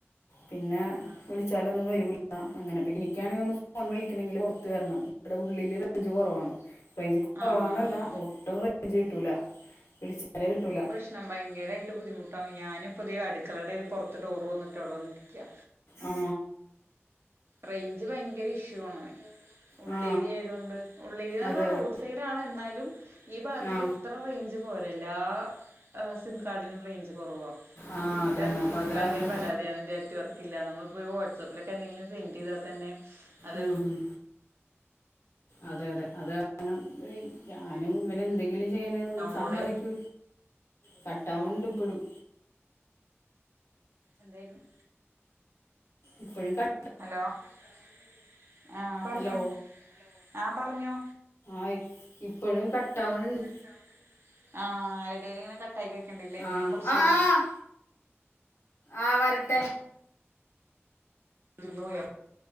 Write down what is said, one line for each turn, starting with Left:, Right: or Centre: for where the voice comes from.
Left: പിന്നെ
Right: ആഹ്
Left: വിളിച്ചാലൊന്നും വരൂ ലാ. അങ്ങനെക്കെ ഇൻക്കാണങ്കി ഒന്ന് ഫോൺ വിളിക്കണെങ്കില് പൊർത്ത് വരണം. ഇവിടെ ഉള്ളില് റേഞ്ച് കൊറവാണ്. റെയ്ഞ്ച് കൊറവാന്നല്ല
Right: ആഹ്
Left: ഒട്ടും റെയ്ഞ്ച് കിട്ടൂല. വിളിച്ചാലെ കിട്ടൂല.
Right: ക്കണം. ഭയങ്കരായിട്ട് ബുദ്ധിമുട്ടാവും. ഞാനിപ്പതെ അടുക്കളെടെ ഒരു പൊറത്ത് ഡോറ് തൊറന്നിട്ട് അവടെവന്നിരിക്കാ.
Left: ആഹ്.
Right: റേഞ്ച് ഭയങ്കര ഇഷ്യൂ ആണ്. ഉള്ളേരിയ
Left: ആ
Right: ആയതുകൊണ്ട്. ഉള്ളേരിയാന്നറഞ്ഞാ
Left: അതെ അതെ
Right: റോഡ് സൈഡാണ് എന്നാലും. ഈ ഭാഗത്ത്ക്ക്
Left: ആ
Right: അത്ര റേഞ്ച് പോര എല്ലാ ഏഹ് സിം കാർഡിനും റേഞ്ച് കൊറവാ.
Left: ആ
Right: എല്ലാർക്കും
Left: അത് തന്നെ അപ്പം അത്
Right: ഭയങ്കര
Left: കാരണം
Right: പരാതിയാണ് നെറ്റ്‌വർക്ക് ഇല്ലാന്നിള്ളത്. ഇപ്പൊ ഒരു വാട്സപ്പിലൊക്കെ എന്തെങ്കിലും സെൻ്റയ്താ തന്നെ അത്
Left: ഉം ഉം. അതെ അതെ അത് കാരണം ഈ ഞാനും ഇവനെന്തെങ്കിലും ചെയ്യണെന്
Right: ഡൗൺലോഡ്
Left: സമ്മതിക്കൂ കട്ടാവ്ണ്ണ്ട് ഇപ്പഴും.
Right: എന്തായാലും
Left: ഇപ്പഴും കട്ട
Right: ഹലോ, കാട്ടാവ്ണ്ണ്ട്. ആഹ് പറഞ്ഞോ
Left: ഹലോ
Right: ഹലോ ആഹ് പറഞ്ഞോ
Left: ആഹ് ഇപ്പഴും കട്ടാവണ്ണ്ട്
Right: കട്ടാവ്ണ്ണ്ട്. ആഹ് എടേലിങ്ങനെ കട്ടായി കേൾക്കണ്ടില്ലേ
Left: ആഹ്,
Right: ഞാൻ കുറച്ച്
Left: ആഹ്
Right: നേരം
Left: ആ വരട്ടെ.
Right: വിരുന്ന് പോയാ